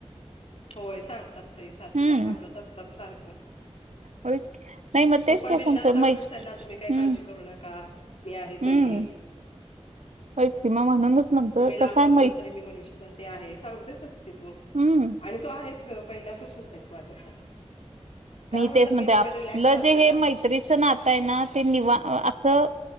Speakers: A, on the left; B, on the right.
A: होय सांगतात ताई
B: हम्म
A: तुला सांगत असतात सारखं.
B: होयच की. नाही मग
A: तू
B: तेच
A: पण
B: काय
A: बिनधास्त
B: सांगतो
A: सांगतेस
B: मै
A: त्यांना तुम्ही काही
B: हम्म
A: काळजी करू नका. मी आहे
B: हम्म
A: ताई
B: होयच की मग म्हणूनच म्हणतोय
A: तुम्ही
B: कसं
A: लांब
B: आहे
A: असला
B: मै
A: तरी मी मनिषासाठी आहे सांगतेचस की तू
B: हम्म
A: आणि तू आहेस गं पहिल्यापासून आहेच माझ्यासाठी त्यामुळे
B: तेच
A: तर मी
B: म्हणते
A: तेवढं
B: आपलं
A: रिलॅक्स राहताय
B: जे हे
A: ना.
B: मैत्रीचं नातं आहे ना ते निवांत असं.